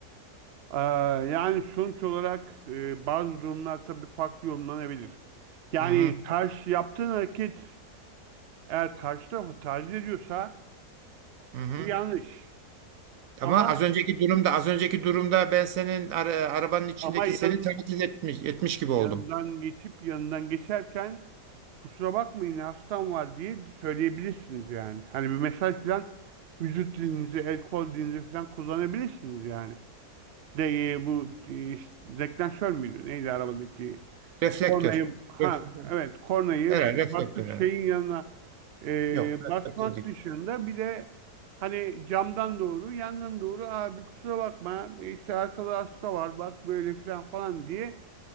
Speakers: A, on the right (about 85°); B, on the right (about 65°).
A: Aa, yani sonuç olarak e, bazı durumlar tabii farklı yorumlanabilir. Yani
B: Hı hı,
A: karşı yaptığın hareket eğer karşı tarafı taciz ediyorsa
B: hı hı.
A: bu yanlış.
B: Ama
A: Ama
B: az önceki durumda, az önceki durumda ben senin ara- arabanın içindeki
A: ama yan,
B: seni taklit etmiş, etmiş gibi
A: yanından
B: oldum.
A: geçip yanından geçerken kusura bakmayın hastam var diye söyleyebilirsiniz yani. Hani bir mesaj falan vücut dilinizi, el kol dilinizi falan kullanabilirsiniz yani. de e, bu e, deklanşör müydü? Neydi arabadaki?
B: Reflektör.
A: Kornayı ha
B: Ref-
A: evet kornayı
B: herhalde reflektör.
A: basıp
B: herhalde.
A: şeyin yanına e,
B: Yok, reflektör
A: basmak
B: değil.
A: dışında bir de hani camdan doğru yandan doğru abi kusura bakma işte arkada hasta var bak böyle filan falan diye